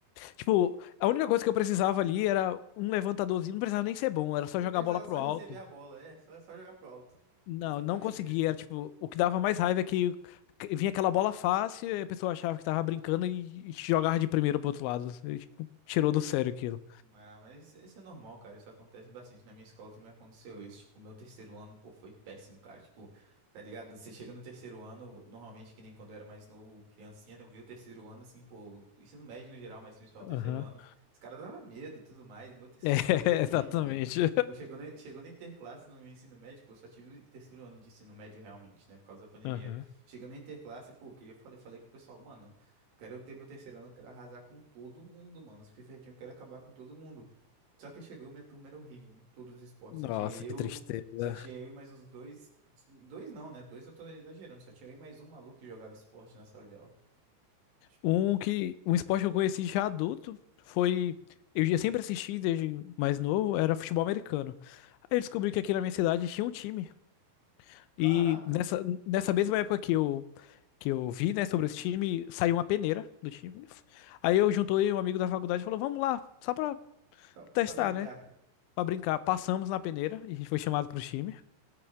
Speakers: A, on the left; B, on the right.
A: Tipo, a única coisa que eu precisava ali era um levantadorzinho, não precisava nem ser bom, era só
B: Só
A: jogar
B: precisava
A: a bola pro
B: só
A: alto.
B: receber a bola. É, só, só jogar pro alto.
A: Não,
B: É exatamente
A: não conseguia,
B: isso.
A: era tipo, o que dava mais raiva é que que vinha aquela bola fácil e a pessoa achava que tava brincando e e jogava de primeiro pro outro lado. E, tipo, tirou do sério aquilo.
B: Ah, mas isso, isso é normal, cara. Isso acontece bastante. Na minha escola também aconteceu isso. Tipo, meu terceiro ano, pô, foi péssimo, cara. Tipo, tá ligado? Você chega no terceiro ano, normalmente, que nem quando eu era mais novo, criancinha, né? Eu vi o terceiro ano, assim, pô, ensino médio no geral, mas principal o terceiro
A: Aham.
B: ano,
A: <laughs>
B: os caras davam medo e tudo mais. Meu terceiro
A: É,
B: ano foi horrível,
A: exatamente.
B: mano. Tipo, chegou na, chegou na interclasse no meu ensino médio, pô, eu só tive o terceiro ano de ensino médio realmente, né? Por causa da pandemia.
A: <laughs> Aham.
B: Chegando na interclasse, pô, eu queria, falei, falei com o pessoal, mano. Quero ter meu terceiro ano, quero arrasar com todo mundo, mano. Os pivetinhos, eu quero acabar com todo mundo. Só que chegou, minha turma era horrível. em Todos os esportes.
A: Nossa,
B: Só tinha eu,
A: que tristeza.
B: só tinha eu e mais uns dois. Dois não, né? Dois eu tô exagerando. Só tinha eu e mais um maluco que jogava esporte na sala de aula. Tipo,
A: Um que um esporte que eu conheci já adulto foi eu já sempre assisti desde mais novo, era futebol americano. Aí eu descobri que aqui na minha cidade tinha um time
B: caraca,
A: e nessa nessa mesma época que eu que eu vi, né, sobre esse time, saiu uma peneira do time. Aí eu juntei um amigo da faculdade e falou: "Vamos lá, só pra
B: pra
A: testar,
B: pra brincar.
A: né?" Pra brincar. Passamos na peneira e a gente foi chamado pro time.